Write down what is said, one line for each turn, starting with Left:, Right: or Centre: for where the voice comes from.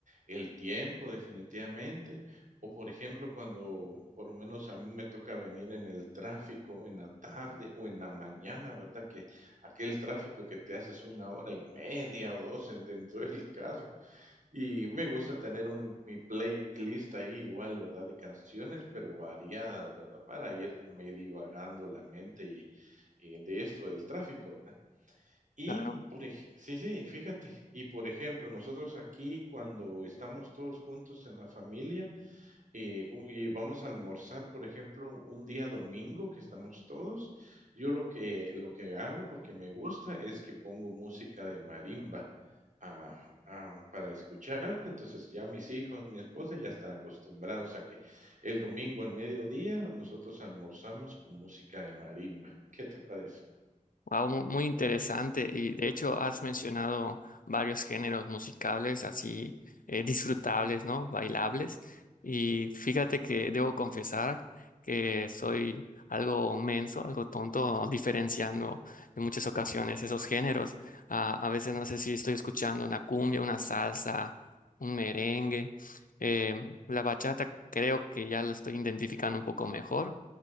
Right: el tiempo definitivamente. O por ejemplo, cuando por lo menos a mí me toca venir en el tráfico en la tarde o en la mañana, ¿verdad? Que aquel tráfico que te haces una hora y media o dos en- dentro del carro. Y me gusta tener un, mi playlist ahí igual, ¿verdad? De canciones, pero variadas, ¿verdad? Para irme divagando la mente y, y de esto del tráfico, ¿verdad? Y,
Left: claro
Right: por ej sí, sí, fíjate. Y, por ejemplo, nosotros aquí cuando estamos todos juntos en la familia, eh, u y vamos a almorzar, por ejemplo, un día domingo que estamos todos, yo lo que lo que hago, porque me gusta, es que pongo música de marimba, ah, ah, para escuchar. Entonces, ya mis hijos, mi esposa ya están acostumbrados a que el domingo al mediodía nosotros almorzamos con música de marimba. ¿Qué te parece?
Left: Wow, mu- muy interesante. Y de hecho has mencionado varios géneros musicales así eh, disfrutables, ¿no? Bailables. Y fíjate que debo confesar que soy algo menso, algo tonto, diferenciando en muchas ocasiones esos géneros. Ah, a veces no sé si estoy escuchando una cumbia, una salsa, un merengue. Eh, la bachata creo que ya lo estoy identificando un poco mejor.